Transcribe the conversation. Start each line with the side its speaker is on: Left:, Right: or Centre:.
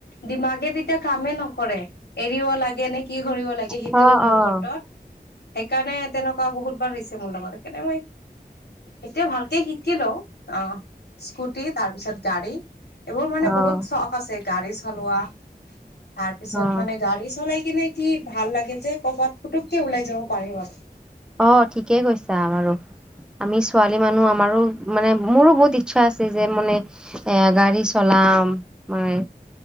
Left: দিমাগে তেতিয়া কামেই নকৰে এৰিব লাগে নে কি কৰিব লাগে সেইটো
Centre: অ', অ',
Left: মুহুৰ্তত সেইকাৰণে তেনেকুৱা বহুত বাৰ হৈছে মোৰ লগত সেইকাৰণে মই এতিয়া ভালকে শিকি লও অ স্কুটি তাৰ পিছত গাড়ী এইবোৰ মানে
Centre: অ',
Left: বহুত চখ আছে গাড়ী চলোৱা তাৰ পিছত
Centre: অ',
Left: মানে গাড়ী চলাই কিনে কি ভাল লাগে যে কৰবাত পুতুককে ওলাই যাব পাৰি মানে
Centre: অ ঠিকেই কৈছা বাৰু আমি ছোৱালী মানুহ আমাৰো মানে মোৰো বহুত ইচ্ছা আছে যে মানে এ গাড়ী চলাম মই